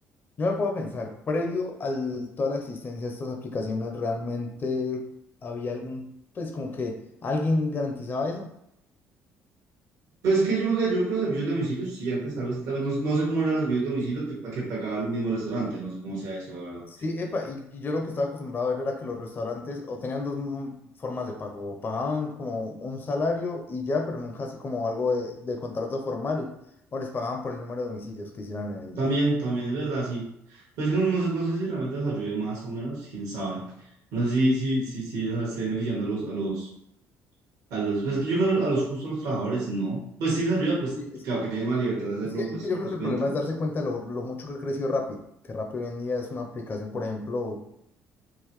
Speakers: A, on the left; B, on the right.
A: yo me puedo pensar, previo a toda la existencia de estas aplicaciones, ¿realmente había algún, pues como que alguien garantizaba eso?
B: Pues que yo creo que yo creo que los servicios de domicilio, sí, antes tal vez, tal vez no, no sé cómo eran los servicios de domicilio que, pa- que pagaba el mismo restaurante, no sé cómo sea eso, la verdad.
A: Sí, epa, y, y yo lo que estaba acostumbrado a ver era que los restaurantes o tenían dos mm, formas de pago, o pagaban como un salario y ya, pero nunca así como algo de, de contrato formal, o les pagaban por el número de domicilios que hicieran en el
B: También,
A: día.
B: también, es verdad, sí. Pues no, no sé, no sé si realmente los ayude más o menos, quién sabe. No sé si, si, si, si o sea, esté beneficiando a los, a los, a los, pues yo creo que a los justos, a los trabajadores, no. Pues si les ayuda, pues
A: Sí, es
B: claro
A: que,
B: que tienen más libertad de hacerlo,
A: es que- es
B: pues,
A: que yo creo
B: pues
A: que
B: cuenta.
A: el problema es darse cuenta lo, lo mucho que creció Rappi, que Rappi hoy en día es una aplicación, por ejemplo,